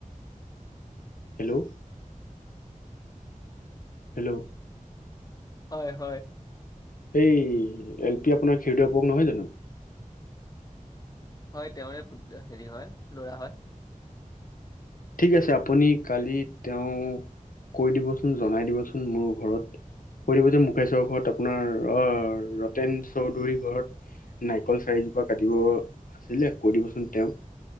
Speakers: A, on the left (about 80°); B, on the left (about 25°).
A: হেল্ল', হেল্ল',
B: হয় - হয়।
A: এই এল পি আপোনাৰ খেউ পক নহয় জানো।
B: হয় তেওৰে হেৰি হয় লৰা হয়।
A: ঠিক আছে আপুনি কালি তেও কৈ দিবচোন, জনাই দিবচোন, মোৰ ঘৰত। কৈ দিব যে মুকেশ্বৰৰ ঘৰত আপোনাৰ, অ ৰতেন চৌধুৰীৰ ঘৰত নাৰিকল চাৰিজোপা কাটিব আছিলে, কৈ দিবচোন তেওঁক।